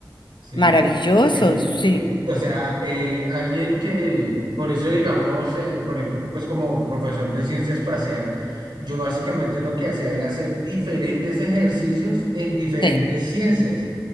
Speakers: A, on the right; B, on the left.
A: Sí.
B: Maravilloso,
A: Es un,
B: sí,
A: que- o sea, eh, alguien que, por eso digamos, eh, por ejemplo, co- pues como profesor de ciencia espacial, yo básicamente lo que hacía era hacer diferentes ejercicios en diferentes
B: sí,
A: ciencias